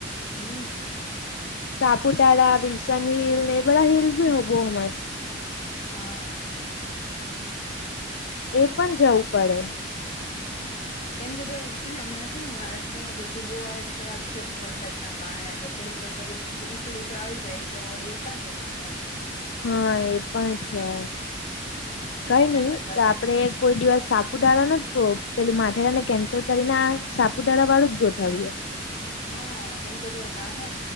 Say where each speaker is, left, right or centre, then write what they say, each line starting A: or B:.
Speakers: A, on the left (about 40°); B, on the left (about 70°).
A: હમ
B: સાપુતારા બલસન હલ એ બધ હલ બી હવો અસ્
A: હા
B: એ પણ જવું પડે
A: કેમ કે જો છે ને હમણાં ને મહારાષ્ટ્રમાં બલ્ટ બહુ આલટ ખરાબ છે વરસાદ ના કારણે તો થોડું કઈ વ ઈસુ ઈસુ આવી જાય તો વળી ક્યાં જવાનું એમ
B: હા એ પણ છે કઈ
A: એના
B: નહી
A: કરતા
B: તો આપડે કોઈ દિવસ સાપુતારા ન જ પેલું માથેરા ને કેન્સલ કરીને આ સાપુતારા વાળું જ ગોઠવીએ
A: હા કેમકે જો ત્યાં છે